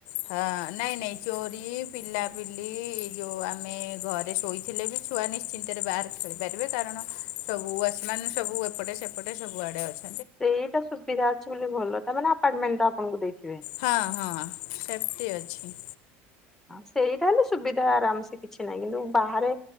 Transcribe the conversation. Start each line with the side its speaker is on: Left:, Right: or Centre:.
Left: ହଁ ନାଇଁ ନାଇଁ ଚୋରି ପିଲାପିଲି ଏଇ ଯୋଉ ଆମେ ଘରେ ଶୋଇଥିଲେ ବି ଛୁଆ ନିଶ୍ଚିନ୍ତରେ ବାହାରେ ଖେଳିପାରିବେ। କାରଣ ସବୁ ୱାଚମ୍ୟାନ ସବୁ ଏପଟେ ସେପଟେ ସବୁଆଡ଼େ ଅଛ
Centre: ସେଇଟା ସୁବିଧା ଅଛି ବୋଲି ଭଲ ତାମାନେ ଆପାର୍ଟମେଣ୍ଟଟା ଆପଣଙ୍କୁ ଦେଇଚି।
Left: ହଁ ହଁ ସେପଟି ଅଛି।
Centre: ସେଇ ତାହଲେ ସୁବିଧା ଆରାମ ସେ କିଛି ନାହିଁ କିନ୍ତୁ ବାହାରେ